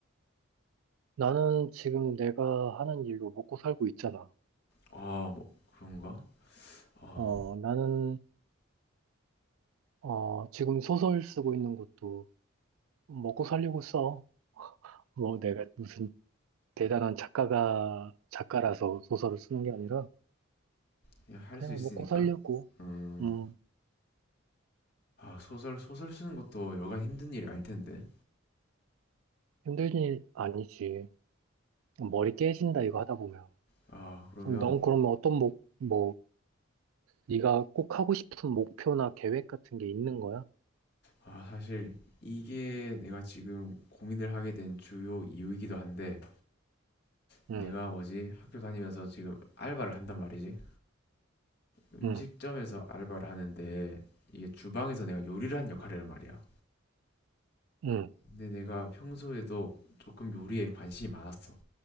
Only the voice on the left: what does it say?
아 뭐 그런가? 아
그냥 할
수 있으니까
음아
소설 소설 쓰는 것도 여간 힘든 일이 아닐 텐데
아 그러면
아 사실 이게 내가 지금 고민을 하게 된 주요 이유이기도 한데 내가
뭐지? 학교 다니면서 지금 알바를 한단 말이지. 음식점에서
알바를 하는데 이게 주방에서 내가 요리를 한 역할이란 말이야.
근데 내가 평소에도 조금 요리에 관심이 많았어.